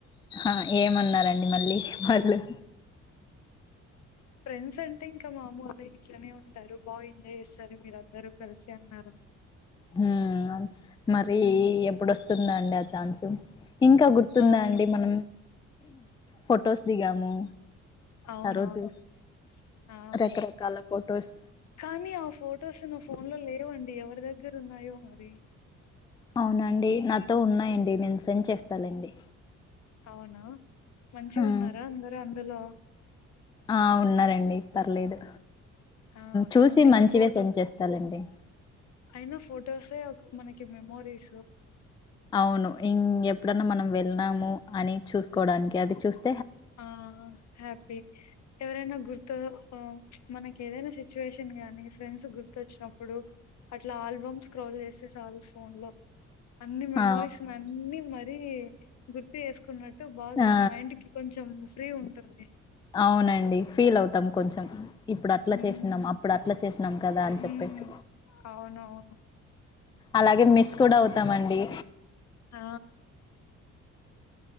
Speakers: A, on the left; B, on the left.
A: ఆ ఏమన్నారంండి మళ్ళీ వాళ్ళు
B: ఫ్రెండ్స్ అంటే ఇంకా మామూలె ఇట్లనే ఉంటారు బాగా ఎంజాయ్ చేస్తారు మీర అందరూ కలిసి అన్నారు.
A: హ్మ్ మరి
B: హ్మ్.
A: ఎప్పుడొస్తుందండి ఆ ఛాన్స్ ఇంకా గుర్తుందా
B: అవును.
A: అండి మనం ఫోటోస్ దిగాము
B: అవునవును
A: ఆ రోజు
B: ఆ
A: రకరకాల ఫొటోస్
B: కానీ ఆ ఫొటోస్ నా ఫో న్లోలో లేవండి ఎవరి దగ్గర ఉన్నాయో మరి
A: అవునండి నాతో ఉన్నాయండి. నేను సెండ్ చేస్తాలేండి.
B: అవునా మంచిగా
A: హ్మ్.
B: ఉన్నారా అందరు అ హలో
A: ఆ ఉన్నారండి పర్లేదు
B: ఆ!
A: చూసి
B: అయినా
A: మంచిగా
B: ఫోటో
A: సెండ్ చేస్తాలెండి.
B: అయినా ఫొటోసే ఒక మనకి మెమోరీస్
A: అవును ఇ ఎప్పుడన్నా మనం వెళ్నాము అని చూసుకోవడానికి అది చూస్
B: ఆ హ్యాపీ ఎవరైనా గుర్తు ఆ మనకి ఏదైనా సిచ్యువేషన్ గాని ఫ్రెండ్స్ గుర్తొచ్చినప్పుడు అట్లా ఆల్బమ్ స్క్రోల్ చేస్తే సాలు ఫోన్ లో అన్ని మెమోరీస్
A: ఆ
B: అన్ని మ అన్నీ గుర్తు చేసుకుని మ బాగా
A: ఆ
B: మైండ్ కొంచెం ఫ్రీ ఉంటది
A: అవునండి ఫీల్ అవుతాం కొంచెం ఇప్పుడు అట్లా
B: హ్మ్
A: చేసినాం అప్పుడు అట్లా చేసినాం కదా అని చెప్పేసి
B: హ్మ్ అవునవును
A: అలాగే మిస్ కూడా అవుతామండి.
B: ఆ